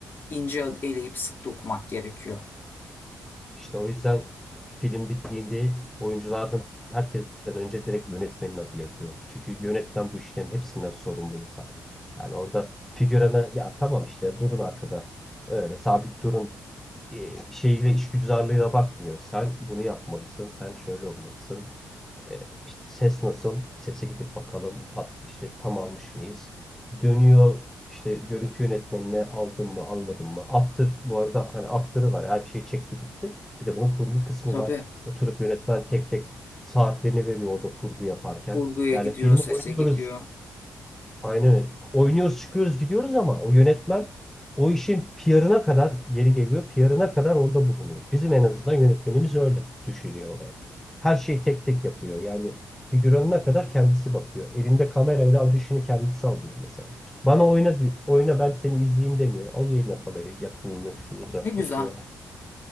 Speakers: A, on the left; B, in the centre.
A: ince eleyip sık dokumak gerekiyor.
B: İşte o yüzden film bittiğinde oyunculardan herkesten önce direkt yönetmenin adı yazıyor. Çünkü yönetmen bu işlerin hepsinden sorumlu insan. Yani orada figürana ya tamam işte durun arkada öyle sabit durun e, şeyle işgüzarlığına bakmıyor. Sen bunu yapmalısın, sen şöyle olmalısın. E, işte ses nasıl? Sese gidip bakalım. Pat, işte tam almış mıyız? Dönüyor işte görüntü yönetmenine aldım mı almadım mı? After bu arada hani after'ı var. Her şey çekti bitti. Bir de bunun kurgu kısmı
A: Tabii
B: var. Oturup yönetmen tek tek saatlerini veriyor orada kurgu yaparken.
A: kurguya
B: Yani
A: gidiyor,
B: filmi
A: sese
B: oynuyoruz.
A: gidiyor.
B: Aynen öyle. Oynuyoruz, çıkıyoruz, gidiyoruz ama o yönetmen o işin PR'ına kadar geri geliyor, PR'ına kadar orada bulunuyor. Bizim en azından yönetmenimiz öyle düşünüyor olaya. Her şeyi tek tek yapıyor. Yani figüranına kadar kendisi bakıyor. Elinde kamerayla audition'ı kendisi alıyor mesela. Bana oyna diyor, oyna ben seni izleyeyim demiyor. Alıyor eline kamerayı yakınını, şu uzaklaşıyor.
A: Ne güzel.